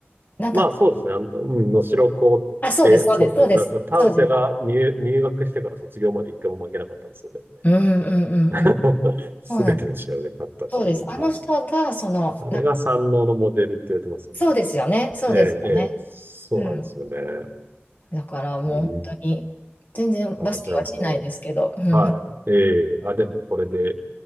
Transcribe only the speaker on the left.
なんだっ
たあ、そうです、そうです、
そうです、
そうです。
うんうんうんうん。
そうなんです。そうです。あの人が、
その、
なんか、そうですよね、
そうですよね。
うん。だからもう本当に、
全然バスケはしないですけど、
うん